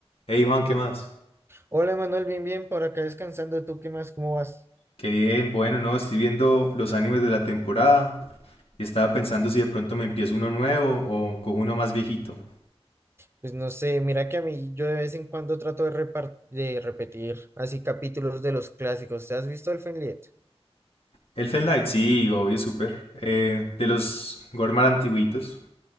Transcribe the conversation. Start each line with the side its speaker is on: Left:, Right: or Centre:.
Left: Hey Juan, ¿qué más?
Right: Hola Manuel, bien, bien, por acá descansando. ¿Tú qué más? ¿Cómo vas?
Left: Qué bien, bueno, no, estoy viendo los animes de la temporada y estaba pensando si de pronto me empiezo uno nuevo o cojo uno más viejito.
Right: Pues no sé, mira que a mí yo de vez en cuando trato de, repar- de repetir así capítulos de los clásicos. ¿Te has visto el Fenliet?
Left: Elfen Light, sí, obvio, súper. Eh, de los Gormar antiguitos,